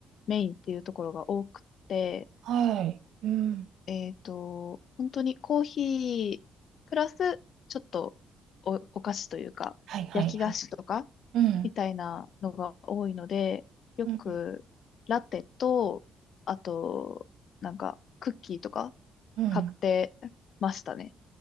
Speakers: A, on the left; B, on the right.
A: メインっていうところが多くて、
B: はい。うん。
A: えっと、本当にコーヒープラスちょっとお、お菓子というか焼き菓子とか
B: はい、はい、はい。うん。
A: みたいなのが多いので、よくラテと、
B: うん。
A: あと、なんかクッキーとか
B: うん。
A: 買ってましたね。